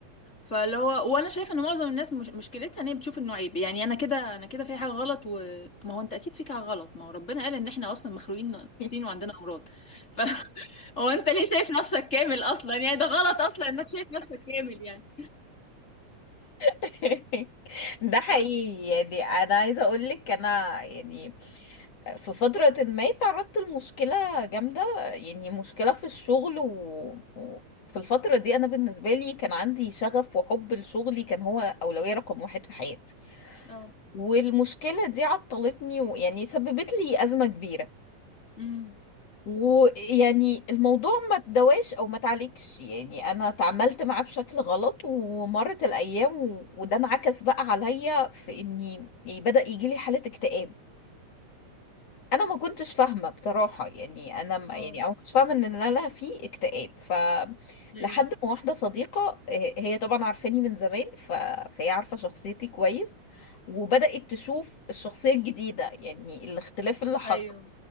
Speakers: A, on the left; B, on the left.
A: فاللي هو وانا شايفه ان معظم الناس مش مشكلتها ان هي بتشوف انه عيب يعني انا كده انا كده في حاجه غلط وما هو انت اكيد فيك حاجه غلط ما هو ربنا قال ان احنا اصلا مخلوقين ناقصين
B: <laughs>
A: وعندنا امراض ف <laughs> هو انت ليه شايف نفسك كامل اصلا يعني ده غلط اصلا انك شايف نفسك كامل يعني
B: <laughs> ده حقيقي
A: ف
B: يعني انا عايزه اقول لك انا يعني في فتره ما تعرضت لمشكله جامده يعني مشكله في الشغل و... و... في الفتره دي انا بالنسبه لي كان عندي شغف وحب لشغلي كان هو اولويه رقم واحد في حياتي
A: اه
B: والمشكله دي عطلتني ويعني سببت لي ازمه كبيره
A: امم
B: ويعني الموضوع ما تدواش او ما تعليكش يعني انا تعاملت معاه بشكل غلط ومرت الايام و... وده انعكس بقى عليا في اني يعني بدأ يجي لي حالة اكتئاب انا ما كنتش فاهمة بصراحة يعني انا ما
A: اه
B: يعني انا ما كنتش فاهمة ان انا لا في اكتئاب ف
A: ايوه
B: لحد ما واحدة صديقة آه، هي طبعا عارفاني من زمان ف... فهي عارفة شخصيتي كويس وبدأت تشوف الشخصية الجديدة يعني الاختلاف اللي حصل
A: ايوه